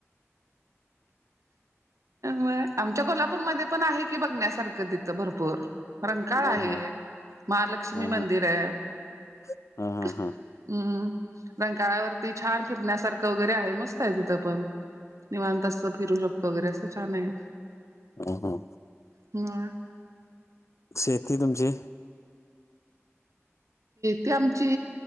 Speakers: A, on the right; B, on the left.
A: म आमच्या कोल्हापूरमध्ये पण आहे की बघण्यासारखं तिथे. भरपूर रंकाळ
B: हा
A: आहे,
B: हा
A: महालक्ष्मी
B: हा
A: मंदिर आहे.
B: हा हा
A: हम्म
B: हा
A: रंकाळ्यावरती छान फिरण्यासारखं वगैरे आहे मस्त. तिथं पण निवां त अस फिरू शकतो वगैरे असं छान आहे.
B: ह ह
A: हम्.
B: शेती तुमची‌
A: ते आमची